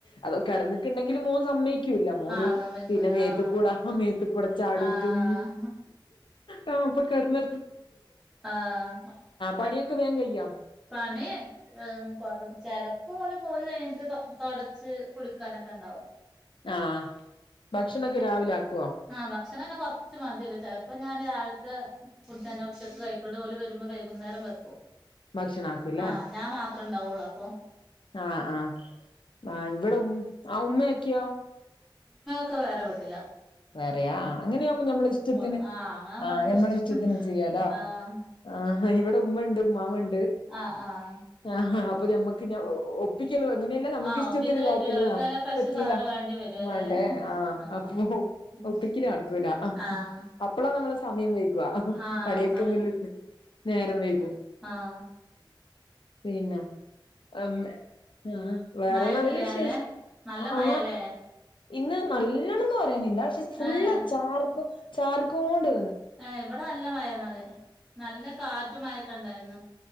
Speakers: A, on the left; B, in the centre.
A: അതോ കെടന്നിക്ക്‌ണ്ടെങ്കിലും മോൻ സമ്മയ്ക്കി ക്കൂല്ല, മോന്
B: ആഹ് സമ്മയ്ക്കൂല
A: പിന്നെ മേത്തുക്കൂട
B: ആഹ്
A: മേത്തുക്കൂട ചാടിറ്റും
B: ആഹ്
A: ആ ഇപ്പൊ കെടന്ന
B: ആ പ
A: പണിയൊക്കെ വേഗം കയ്യോ
B: പണി കൊറ ചിലപ്പോ പോയി കഴിഞ്ഞിട്ട് തൊ തൊടച്ച് കുളിക്കാനൊക്കെണ്ടാവും
A: ആ ഭക്ഷണൊക്കെ രാവിലെ ആക്കും
B: ആ ഭക്ഷണെല്ലാം പൊർ ച്ചും മതിയല്ലോ ചെലപ്പം ഞാന് രാവിലത്തെ ഫുഡ്‌ തന്നെ ഉച്ചക്ക് കഴിക്കുള്ളു ഓല് വരുമ്പോ വൈകുന്നേരം വെക്കും
A: ഭക്ഷണം ആക്കൂല്ലേ
B: ആ ഞാ മാത്രം ണ്ടാവുള്ളൂ അപ്പം
A: ആ ആ ആ ഇവിടെ ഉം ആ ഉമ്മയക്കെയോ?
B: ക്ക വേറെ വീട്ടില
A: വേറെയാ ആ അങ്ങനെയൊവുമ്പാ ഞമ്മള് ഇഷ്ടത്തിന്
B: പോന്ന് ആഹ് അങ്ങനാവുമ്പോ
A: ആഹ്
B: നമുക്ക്
A: ഞമ്മള്
B: ഇഷ്ടം
A: ഇഷ്ടത്തിന് ചെയ്യാലോ
B: ആഹ്
A: ആ ഇവിടെ ഉമ്മ ഇണ്ട് ഉമ്മാമ്മ ഇണ്ട്
B: ആ ആ ആ
A: ആ അപ്പൊ ഞമ്മക്ക് ഞ ഒപ്പി അങ്ങനെയല്ല നമുക്ക്
B: ആഹ്
A: ഇഷ്ടത്തിന്
B: ഒപ്പിക്കല്
A: ഇതാക്കതാ
B: പറ്റൂല ഓൽക്ക് നല്ല ഫ്രഷ്
A: പറ്റൂല
B: സാധനം വേണ്ടി വരും അല്ലല്ലേ
A: വേണ്ടേ ആ
B: ആഹ്
A: അപ്പൊ
B: ഉം
A: ഒപ്പിക്കല് നടക്കൂല
B: ആഹ്
A: അപ്പളാ നമ്മള സമയം വൈക
B: ആഹ്
A: പണിയൊക്കെങ്കില
B: സമയം
A: നേരം വൈകും
B: ആ
A: പിന്ന ആ വേറെ
B: മഴ
A: നല്ല
B: ഇണ്ടല്ലേ
A: വിശേഷം
B: നല്ലേ നല്ല മഴാല്ലേ
A: ആ ഇന്ന് നല്ലണംന്ന് പറയാനില്ല പക്ഷെ ഫുള്ള്
B: ഏഹ്
A: ചാർക്കോ ചാർക്കോണ്ട്
B: ഏ ഇവിടെ നല്ല മഴന്നാല് നല്ല കാറ്റും മഴൊക്കെ ഇണ്ടായിരുന്നു